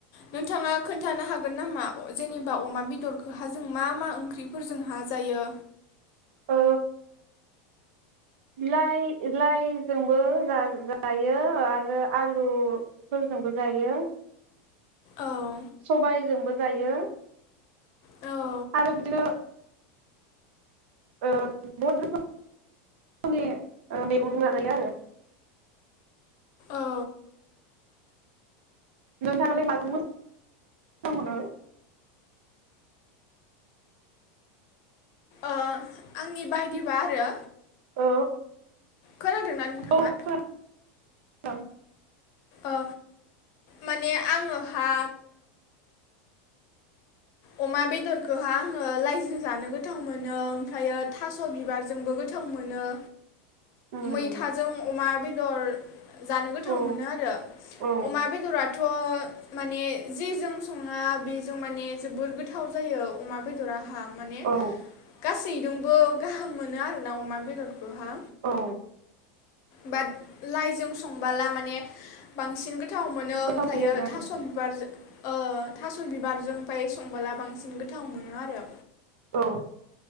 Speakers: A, on the left; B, on the right.
A: नोंथाङा खोन्थानो हागोन नामा अ जेनि बा अमा बेदरखौहा जों मा मा ओंख्रिफोरजों हा जायो?
B: ओ लाइ-लाइजोंबो जा-जायो आरो आलुफोरजोंबो जायो।
A: औ।
B: सबायजोंबो जायो
A: औ।
B: आरो बिदिनो ओ बहत रोखोमनि ओ मैगं जाजायो आरो।
A: औ।
B: नोंथाङालाय मोजां मोनो?
A: ओ आंनि बायदिबा आरो
B: औ।
A: खोनादोंना नोंथाङा?
B: औ <unintelligible>
A: अ माने आङोहा अमा बेदरखौहा आङो लाइजों जानो गोथाव मोनो ओमफ्रायो थास बिबारजोंबो गोथाव मोनो
B: उम
A: मैथाजों अमा बेदर जानो गोथाव
B: औ
A: मोनो आरो
B: औ
A: अमा बेदरा थ' माने जेजों सङा बेजों माने जोबोर गोथाव जायो अमा बेदराहा। माने
B: औ
A: गा सैदोंबो गाहाम मोनो आरोना अमा बेदरखोहा।
B: औ।
A: बात लाइजों संबाला माने बांसिन गोथ थाव मोनो ओमफ्रायो
B: गोथावसिन जायो आरो
A: थास बिबारजो ओ थास' बिबारजों फाय संबाला बांसिन गोथाव मोनो आरो।
B: औ।